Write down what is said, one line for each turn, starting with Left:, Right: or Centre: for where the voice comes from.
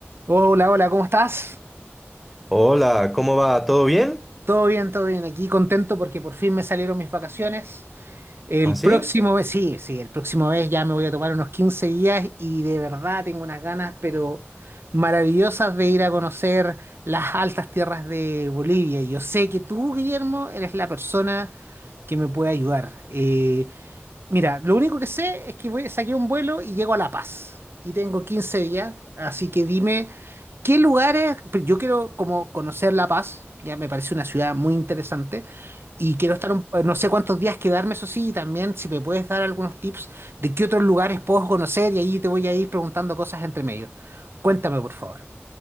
Right: Hola, hola, ¿cómo estás?
Centre: Hola, ¿cómo va? ¿Todo bien?
Right: Todo bien, todo bien. Aquí contento porque por fin me salieron mis vacaciones. El
Centre: ¿Así?
Right: próximo mes, sí, sí, el próximo mes ya me voy a tomar unos 15 días y de verdad tengo unas ganas, pero maravillosas de ir a conocer las altas tierras de Bolivia. Y Yo sé que tú, Guillermo, eres la persona que me puede ayudar. Eh, Mira, lo único que sé es que voy, saqué un vuelo y llego a La Paz. Y tengo 15 días, así que dime, ¿qué lugares? pues Yo quiero como conocer La Paz, ya me parece una ciudad muy interesante. Y quiero estar, un- eh, no sé cuántos días quedarme, eso sí, y también si me puedes dar algunos tips de qué otros lugares puedo conocer y ahí te voy a ir preguntando cosas entre medio. Cuéntame, por favor.